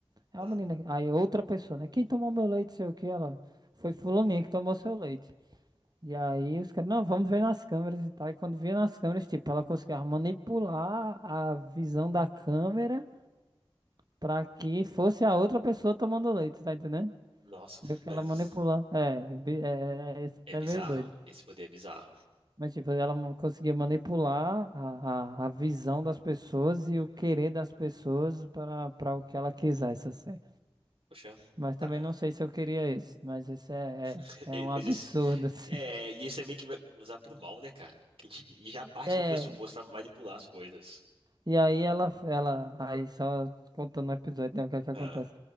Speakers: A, on the right; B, on the right.
A: É
B: ah.
A: uma menina. Aí outra pessoa, né? Quem tomou meu leite, sei o que, ela. Foi fulaninha que tomou seu leite. E aí os caras, não, vamos ver nas câmeras e tal. E quando via nas câmeras, tipo, ela conseguia manipular a visão da câmera pra que fosse a outra pessoa tomando leite, tá entendendo?
B: Nossa,
A: Meio que
B: mas
A: ela manipula. É, bi- é, é, isso
B: é
A: é
B: bizarro.
A: meio doido.
B: Esse poder é bizarro.
A: Mas, tipo, ela ma- conseguia manipular a, a, a visão das pessoas e
B: Hum,
A: o querer das pessoas para para o que ela quisesse, assim.
B: Poxa.
A: Mas também
B: Tá, é,
A: não sei se eu queria esse. Mas esse é,
B: <laughs>
A: é,
B: E-
A: é um
B: mas
A: absurdo,
B: esse.
A: <laughs> assim.
B: É, e esse é meio que vai usar pro mal, né, cara? Que a gente e já parte
A: É.
B: do pressuposto pra manipular as coisas.
A: E aí ela, ela. Aí só contando o episódio, né? O que é que acontece?
B: Ah,